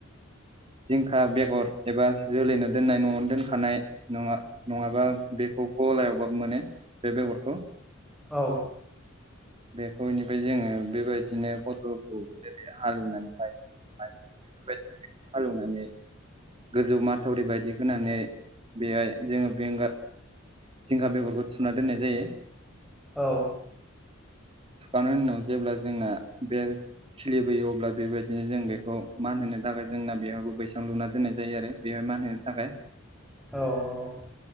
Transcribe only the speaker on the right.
जिंखा बेगर एबा जोलैनो दोननाय न'आवनो दोनखानाय नङा नङाबा बेखौ। गलायावबाबो मोनो बे बेगरखौ।
<inaudible> बेखौनिफ्राय जोङो बेबायदिनो फथलखौ जेरै हालवनानै फाय बेफोर बायदिखौ हालौवनानै गोजौ माथावरि बायदि होनानै बेहाय जोङो बेंगार। जिंखा बेगरखौ थुना दोननाय जायो।
थुखांनायनि उनाव जेब्ला जोंना बे। खिलिबोयो अब्ला बेबायदिनो जों बेखौ मान होनो थाखाय जोंना बेहबो बैसां लुना दोननाय जायो आरो बेहा। मान होनो थाखाय